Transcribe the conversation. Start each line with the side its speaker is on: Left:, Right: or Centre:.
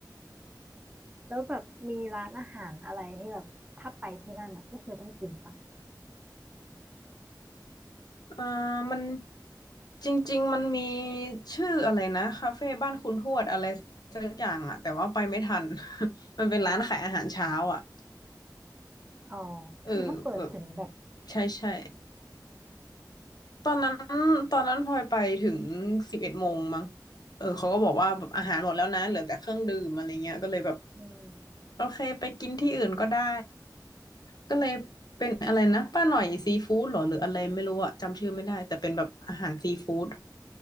Right: แล้วแบบมีร้านอาหารอะไรที่แบบถ้าไปที่นั่นอ่ะก็คือต้องกินปะ
Left: อ่ามันจริงๆมันมีชื่ออะไรนะคาเฟ่บ้านคุณทวดอะไรสักอย่างอะแต่ว่าไปไม่ทัน <laughs> มันเป็นร้านขายอาหารเช้าอ่ะ
Right: อ๋อ
Left: เออแบบ
Right: คือเขาเปิดถึงแบบ
Left: ใช่ใช่ตอนนั้นตอนนั้นพลอยไปถึงสิบเอ็ดโมงมั้งเออเขาก็บอกว่าแบบอาหารหมดแล้วนะเหลือแต่เครื่องดื่มอะไรเงี้ยก็เลยแบบ
Right: อืม
Left: โอเคไปกินที่อื่นก็ได้ก็เลยเป็นอะไรนะป้าหน่อยซีฟู้ดเหรอหรืออะไรไม่รู้อะจำชื่อไม่ได้แต่เป็นแบบอาหารซีฟู้ด